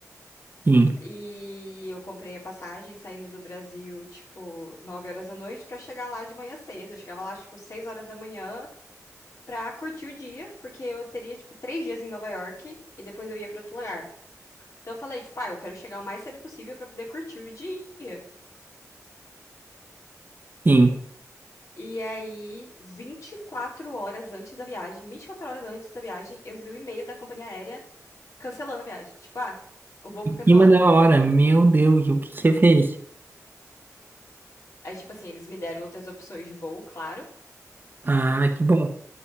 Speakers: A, on the right (about 35°); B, on the left (about 60°).
A: Sim,
B: E eu comprei a passagem saindo do Brasil, tipo, 9 horas da noite pra chegar lá de manhã cedo. Eu chegava lá, tipo, 6 horas da manhã pra curtir o dia, porque eu teria, tipo, três dias em Nova York e depois eu ia pra outro lugar. Então eu falei, tipo, ah, eu quero chegar o mais cedo possível pra poder curtir o dia.
A: sim.
B: E aí, 24 horas antes da viagem, 24 horas antes da viagem, eu recebi um e-mail da companhia aérea cancelando a viagem. Tipo, ah, o voo
A: Em
B: foi cancelado.
A: cima da hora, meu Deus, o que você fez?
B: Aí, tipo assim, eles me deram outras opções de voo, claro.
A: Ah, que bom.